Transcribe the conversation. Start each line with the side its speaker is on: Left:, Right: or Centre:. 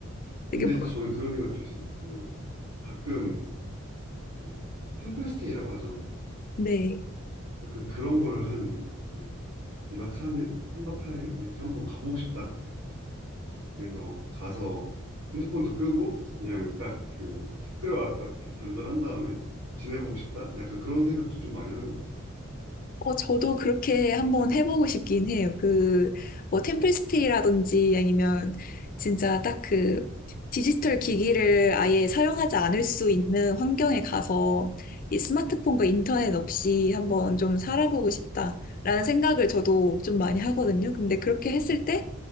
Right: 근데
Left: 되게, 뭐-
Right: 이제 저는 그런 생각도 있어요. 그 가끔 그 템플스테이라고 하죠.
Left: 네.
Right: 약간 그런 거를 한 이렇게 2박 3일, 3박 4일 이렇게 한번 가보고 싶다. 그래서 가서 핸드폰도 끄고 그냥 딱 그 숙제와 딱 이렇게 단절한 다음에 지내보고 싶다. 약간 그런 생각도 좀 많이 하는 것 같아요.
Left: 어, 저도 그렇게 한번 해보고 싶긴 해요. 그, 뭐, 템플스테이라든지 아니면 진짜 딱 그, 디지털 기기를 아예 사용하지 않을 수
Right: 맞아.
Left: 있는 환경에 가서 이 스마트폰과 인터넷 없이 한번 좀 살아보고 싶다라는 생각을 저도 좀 많이 하거든요. 근데 그렇게 했을 때